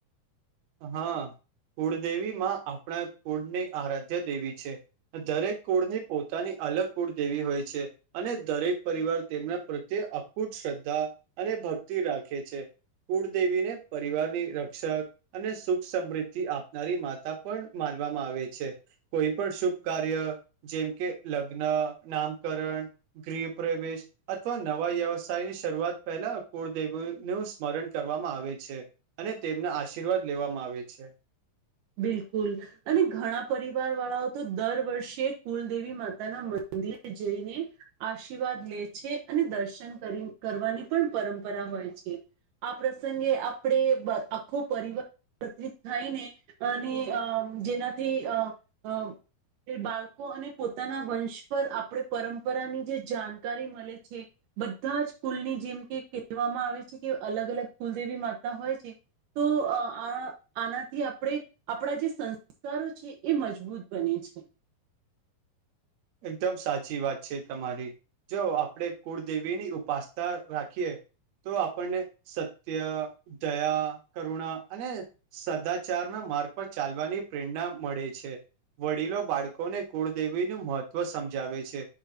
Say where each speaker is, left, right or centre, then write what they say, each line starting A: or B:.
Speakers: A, on the right; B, on the right.
A: હા, કુળદેવી માં આપણા કુળની આરાધના વિદ્યા દેવી છે. દરેક કુળની પોતાની અલગ કુળ દેવી હોય છે અને દરેક પરિવાર. તેમના પ્રત્યે અકૂટ શ્રદ્ધા અને ભક્તિ રાખે છે. કુળદેવીને પરિવારની રક્ષક. અને સુખ સમૃદ્ધિ આપનારી માતા પણ માનવામાં આવે છે. કોઈ પણ શુભ કાર્ય જેમ કે લગ્ન નામ કરણ, ગૃહ પ્રવેશ અથવા નવા વ્યવસાય ની શરૂઆત પહેલા અ કુળદેવી નું નું સ્મરણ કરવામાં આવે છે અને તેમના આશીર્વાદ લેવામાં આવે છે.
B: બિલકુલ, અને ઘણા પરિવાર વાળાઓ તો દર વર્ષે કુલદેવી માતાના મદિરે મદિરે જઈને આશીર્વાદ લે છે અને દર્શન કરી કરવાની પણ પરંપરા. હોય છે. આ પ્રસંગે આપણે બંધ આખો પરિવાર એકત્રિત થાયને અને અમ જેનાથી અ અ એ બાળકો અને પોતાના વંશ પર આપણા પરંપરાની જે જાણકારી મલે છે. બધા જ કુલની જેમ કે કહેવામાં આવે છે કે, અલગ અલગ કુલદેવી માતા હોય છે. તો અ આ આનાથી આપણે આપણા જે સંસ્કારો છે, એ મજબૂત બને છે.
A: એકદમ સાચી વાત છે તમારી. જો આપણેે કુળદેવી ની ઉપાસના રાખીએ. તો આપણને સત્ય, દયા, કરુણા, અને સદાચાર ના માર્ગ પર ચાલવાની પ્રેરણા મળે છે. વડીલો બાળકોને કુળદેવીનું મહત્વ સમજાવે છે,